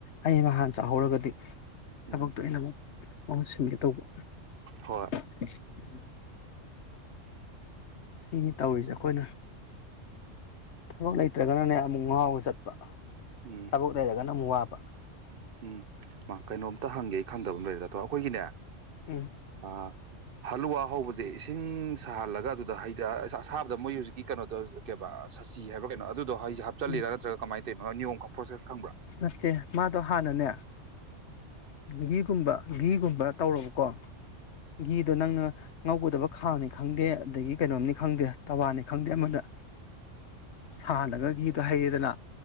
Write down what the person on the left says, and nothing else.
ꯑꯩ ꯅꯍꯥꯟ ꯆꯥꯍꯧꯔꯒꯗꯤ ꯊꯕꯛꯇꯨꯏꯅ
ꯑꯃꯨꯛ ꯃꯍꯨꯠ ꯁꯤꯟꯒꯦ ꯇꯧꯕ꯫
ꯎꯝ ꯁꯤꯅꯤ ꯇꯧꯔꯤꯁꯦ ꯑꯩꯈꯣꯏꯅ꯫ ꯊꯕꯛ ꯂꯩꯇ꯭ꯔꯒꯅꯅꯦ ꯑꯃꯨꯛ ꯉꯥꯎꯔ ꯆꯠꯄ꯫
ꯊꯕꯛ ꯂꯩꯔꯒꯅ ꯑꯃꯨꯝꯛ ꯋꯥꯕ
ꯎꯝ
ꯎꯝ
ꯅꯠꯇꯦ ꯃꯥꯗꯣ ꯍꯥꯟꯅꯅꯦ ꯑ ꯘꯤꯒꯨꯝꯕ ꯘꯤꯒꯨꯝꯕ ꯇꯧꯔꯕꯀꯣ ꯘꯤꯗꯣ ꯅꯪꯅ ꯉꯧꯒꯗꯕ ꯈꯥꯡꯅꯤ ꯈꯪꯗꯦ ꯑꯗꯒꯤ ꯀꯩꯅꯣꯝꯅꯤ ꯈꯪꯗꯦ ꯇꯋꯥꯅꯤ ꯈꯪꯗꯦ ꯑꯃꯗ ꯁꯥꯜꯂꯒ ꯘꯤꯗꯣ ꯍꯩꯌꯦꯗꯅ